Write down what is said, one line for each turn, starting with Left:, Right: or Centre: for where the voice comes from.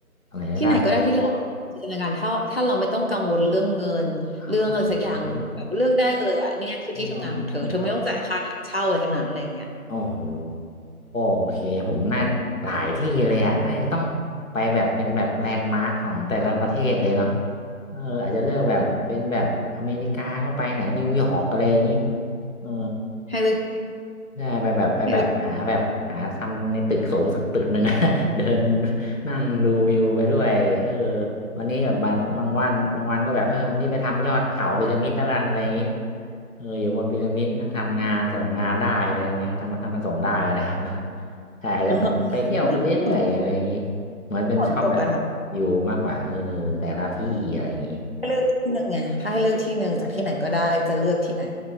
Left: อะไรก็ได้แบบ
Right: ที่ไหนก็ได้ที่เราจินตนาการถ้าถ้าเราไม่ต้องกังวลเรื่องเงินเรื่องอะไรสักอย่างเลยแบบเลือกได้เลยอ่ะเนี่ยคือที่ทำงานของเธอเธอไม่ต้องจ่ายค่าเช่าอะไรทั้งนั้นอะไรอย่างเงี้ย
Left: อ๋ออืมอืมอืมโอ้โหโอเคผมน่าหลายที่เลยอะน่าจะต้องไปแบบเป็นแบบแลนด์มาร์คของแต่ละประเทศเลยเนาะเอออาจจะเลือกแบบเป็นแบบอเมริกาก็ไปไหนนิวยอร์กอะไรอย่างนี้
Right: <laughs> อืม
Left: เออ
Right: ให้เลือก
Left: ใช่ไปแบบไปแบบหาแบบหาทำในตึกสูงสักตึกหนึ่ง
Right: ให้เลือก
Left: <laughs> เดินนั่งดูวิวไปด้วยเออวันนี้แบบบางบางวันบางวันก็แบบเออวันนี้ไปทำยอดเขาพีระมิดแล้วกันอะไรอย่างนี้เอออยู่บนพีระมิดนั่งทำงานส่งงานได้อะไรอย่างเงี้ยทำมาทำมาส่งได้นะครับ <laughs> ใช่ก็จะไปไปเที่ยวไปเรื่อยๆอะไรอย่างนี้
Right: อ๋อแล้วฝนตก
Left: เหมือนเป็นชอบแบบ
Right: ฝนตกอะทำ
Left: อยู่มากกว่าเออแต่ละที่อะไรอย่างนี้
Right: ให้เลือกที่หนึ่งไงถ้าให้เลือกที่หนึ่งจากที่ไหนก็ได้จะเลือกที่ไหน